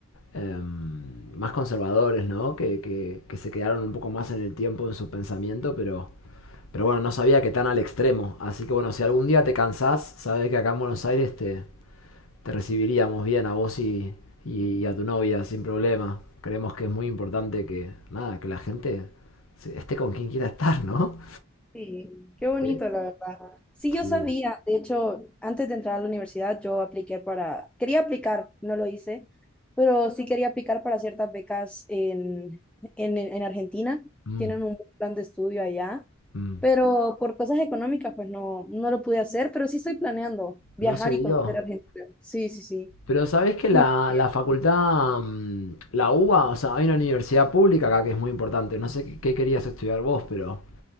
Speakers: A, on the left (about 70°); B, in the centre.
A: em, más conservadores, ¿no? Que, que, que se quedaron un poco más en el tiempo, en su pensamiento, pero... Pero bueno, no sabía que tan al extremo. Así que bueno, si algún día te cansás, sabes que acá en Buenos Aires te, te recibiríamos bien a vos y, y- a tu novia sin problema. Creemos que es muy importante que, nada, que la gente se- esté con quien quiera estar, ¿no?
B: Sí, qué bonito,
A: Eh,
B: la verdad. Sí, yo
A: sí.
B: sabía. De hecho, antes de entrar a la universidad, yo apliqué para, quería aplicar, no lo hice, pero sí quería aplicar para ciertas becas en, en, en Argentina.
A: Mm,
B: Tienen un buen plan de estudio allá,
A: mm.
B: pero por cosas económicas, pues no, no lo pude hacer, pero sí estoy planeando viajar
A: No se
B: y
A: dio.
B: conocer Argentina. Sí, sí, sí.
A: Pero sabés que la,
B: Muy bien.
A: la facultad, mm, la UBA, o sea, hay una universidad pública acá que es muy importante. No sé qué, qué querías estudiar vos, pero...